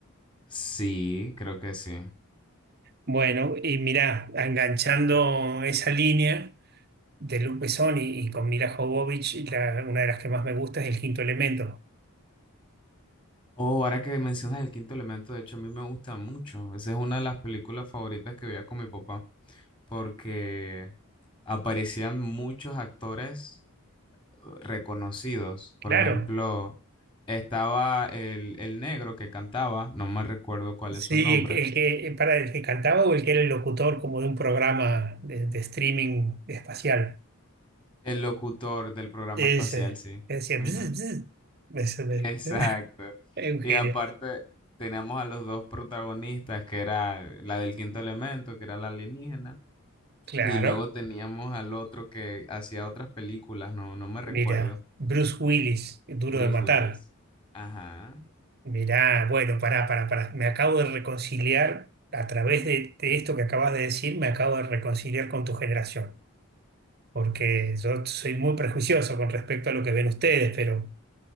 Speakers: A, on the left; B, on the right.
A: Sí, creo que sí.
B: Bueno, y mirá, enganchando esa línea de Luc Besson y, y con Mila Jovovich, y la- una de las que más me gusta es El Quinto Elemento.
A: Oh, ahora que mencionas el quinto elemento, de hecho, a mí me gusta mucho. Esa es una de las películas favoritas que veía con mi papá, porque aparecían muchos actores eh, reconocidos.
B: Claro.
A: Por ejemplo, estaba el, el negro que cantaba, no me recuerdo cuál
B: Sí,
A: es su nombre.
B: el que, para el que cantaba o el que era el locutor como de un programa de, de streaming espacial.
A: El locutor del programa
B: Ese,
A: espacial, sí.
B: que decía,
A: Ujú.
B: "Bzz, bzz". Ese me-
A: Exacto.
B: <laughs> es un
A: Y
B: genio.
A: aparte teníamos a los dos protagonistas, que era la del quinto elemento, que era la alienígena,
B: Claro,
A: y luego teníamos al otro que hacía otras películas, no, no me recuerdo,
B: mira, Bruce Willis, Duro
A: Bruce
B: de Matar.
A: Willis. Ajá.
B: Mirá, bueno, pará, pará, pará. Me acabo de reconciliar a través de, de esto que acabas de decir, me acabo de reconciliar con tu generación. Porque yo soy muy prejuicioso con respecto a lo que ven ustedes, pero.